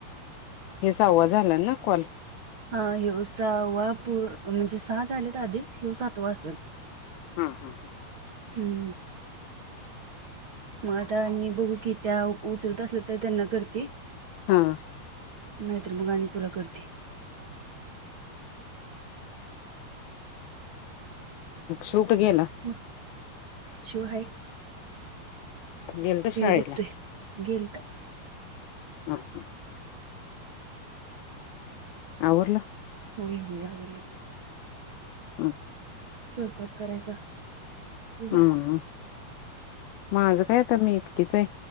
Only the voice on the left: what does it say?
हे सहावा झाला ना कॉल
हां हां हां
हा
सूट घेला
गेलता शाळेला
हा हा आवरल
हां
ह मा माझं काय आता मी एकटीच आहे